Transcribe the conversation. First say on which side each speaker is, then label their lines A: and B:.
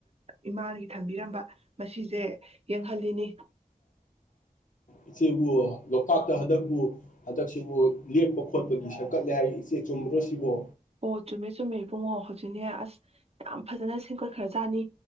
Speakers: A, on the right; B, on the left.
A: ꯏꯃꯥ ꯊꯝꯕꯤꯔꯝꯕ ꯃꯁꯤꯁꯦ ꯌꯦꯡꯍꯜꯂꯤꯅꯤ
B: ꯏꯆꯦꯕꯨ ꯂꯣꯛꯇꯥꯛꯇ ꯍꯟꯗꯛꯄꯨ ꯍꯟꯗꯛꯁꯤꯕꯨ ꯂꯦꯛꯞꯄ ꯈꯣꯠꯄꯒꯤ ꯁꯛꯀꯠꯂꯦ ꯍꯥꯏ ꯏꯆꯦ ꯆꯨꯝꯕ꯭ꯔꯣ ꯁꯤꯕꯨꯣ
A: ꯑꯣ ꯆꯨꯝꯃꯦ ꯆꯨꯝꯃꯦ ꯏꯕꯨꯡꯉꯣ ꯍꯧꯖꯤꯛꯅꯦ ꯑꯁ ꯌꯥꯝ ꯐꯖꯅ ꯁꯦꯝꯒꯠ ꯈ꯭ꯔꯖꯥꯠꯅꯤ